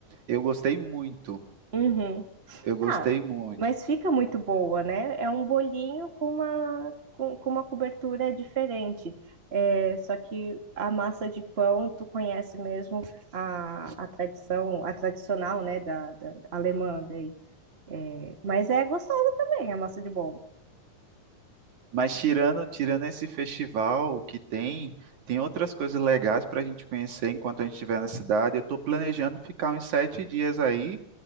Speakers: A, on the right; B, on the right.
A: eu gostei muito.
B: uhum.
A: Eu gostei
B: Ah,
A: muito.
B: mas fica muito boa, né? É um bolinho com uma, com, com uma cobertura diferente. É, só que a massa de pão, tu conhece mesmo a, a tradição, a tradicional, né, da, da alemã daí. Mas é gostosa também a massa de bolo.
A: Mas tirando, tirando esse festival que tem, tem outras coisas legais para a gente conhecer enquanto a gente estiver na cidade. Eu estou planejando ficar uns sete dias aí,